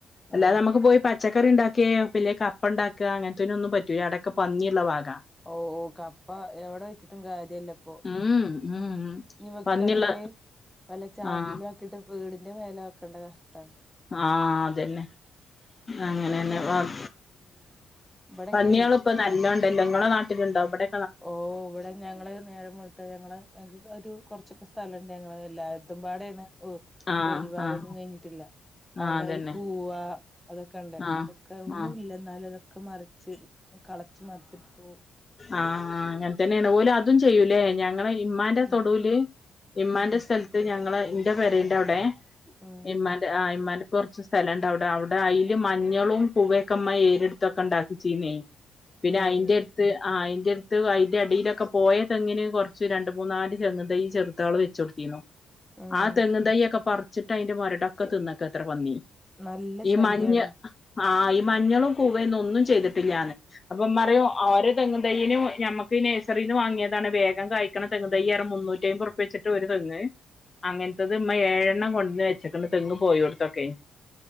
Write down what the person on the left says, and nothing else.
അല്ലാതെ
അമ്മക്ക് പോയി പച്ചക്കറിണ്ടാക്കെ അല്ലെ കപ്പണ്ടാക്ക അങ്ങനത്തയിന് ഒന്നും പറ്റൂല അടക്കെ പന്നിള്ള ഭാഗ
ഉം ഉം
പന്നിയുള്ള
ആഹ്
ആഹ അതന്നെ അങ്ങനെന്നെ
ഉം
പന്നിള് ഇപ്പം നല്ലോണ്ട് ല്ലങ്ങള നാട്ടിലുണ്ടോ ഇവിടെ
ആഹ്
ആഹ്
ആഹ്
അതന്നെ
ആഹ്
ആഹ്
ആഹ അങ്ങനെ തന്നെയാണ് ഓല് അതും ചെയ്യൂലെ ഞങ്ങള് ഇമ്മാന്റെ
തൊടുല് ഇമ്മാന്റെ
സ്ഥലത്ത് ഞങ്ങള് ഇന്റെ പേരൻ്റെ ഔടെ
ഇമ്മാ ആ ഇമ്മാൻ്റെ കൊറച്ച് സ്ഥലംണ്ട് ഔടെ ഔടെ അയില് മഞ്ഞളും കുവേക്ക ഇമ്മ ഏരെടുത്തൊക്കെ ണ്ടാക്കിച്ചിനി പിന്നെ
അയിൻ്റെട് ത്ത് ആ അയിൻ്റടുത്ത് അയിന്റെ അടിയിലൊക്കെ പോയ തെങ്ങിന് കോറച്ച് രണ്ട് മൂന്നാല് തെങ്ങ് തയ്യി ചെറ്തള് വെ ചോട്തീന്നു
ആ തെങ്ങ് തൈ ഒക്കെ പറിച്ചിട്ട് അയിന്റെ മൊരടൊക്കെ തിന്ന്ക്കാത്ര പന്നി
ഈ
മഞ്ഞ ആ ഈ മഞ്ഞളും കൂവന്നും ഒന്നും ചെയ്തിട്ടില്ലാന്ന് അപ്പൊ ഇമ്മറിയും ആ ഒരു തെങ്ങ് തൈന് നമ്മക്ക് ഈ നെയ്‌സറിന്ന് വാങ്ങിയതാണ് വേഗം കായ്ക്കണ തെങ്ങ് തൈയ്യിറ് മുന്നൂറ്റി അയിമ്പത് ഉറപ്പ്യാചിട്ട് ട്ട് ഒരു തെങ്ങ് അങ്ങ ത്തത് മ്മ ഏയെണ്ണം കൊണ്ടന്ന് വെച്ചക്കന്ന് തെങ്ങ് പോയോട്ത്തൊക്കെ